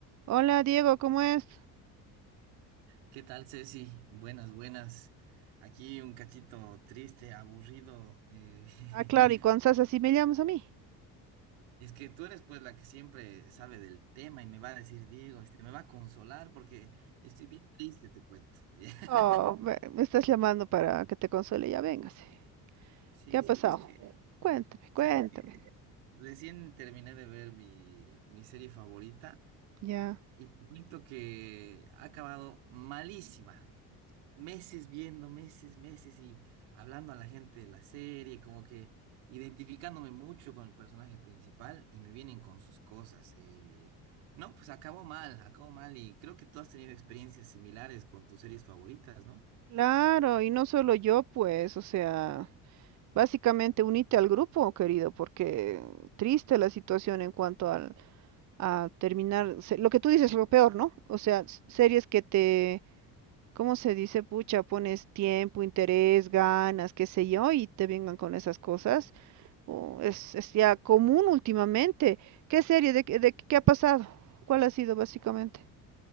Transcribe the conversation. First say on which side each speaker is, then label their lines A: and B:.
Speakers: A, on the right (about 40°); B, on the right (about 75°).
A: Hola Diego, ¿cómo es?
B: ¿Qué tal, Ceci? Buenas, buenas. Aquí un cachito triste, aburrido. eh, <laughs>
A: Ah, claro, y cuando estás así me llamas a mí.
B: Es que tú eres pues la que siempre sabe del tema y me va a decir, Diego, este, me va a consolar porque estoy bien triste, te cuento. <laughs>
A: Oh, ve- me estás llamando para que te console, ya véngase.
B: Sí,
A: ¿Qué ha
B: sí,
A: pasado?
B: es que,
A: Cuéntame, cuéntame.
B: ¿sabes qué? Recién terminé de ver mi, mi serie favorita
A: Ya.
B: y te cuento que ha acabado malísima. meses viendo, meses, meses y hablando a la gente de la serie, como que identificándome mucho con el personaje principal y me vienen con sus cosas. eh, no, pues acabó mal, acabó mal y creo que tú has tenido experiencias similares con tus series favoritas, ¿no?
A: Claro, y no solo yo, pues, o sea, básicamente unite al grupo, querido, porque triste la situación en cuanto al, a terminar, se- lo que tú dices es lo peor, ¿no? O sea, s- series que te, ¿cómo se dice, pucha? Pones tiempo, interés, ganas, qué sé yo, y te vengan con esas cosas. Oh, es, es ya común últimamente. ¿Qué serie? ¿De, qué- de qué ha pasado? ¿Cuál ha sido básicamente?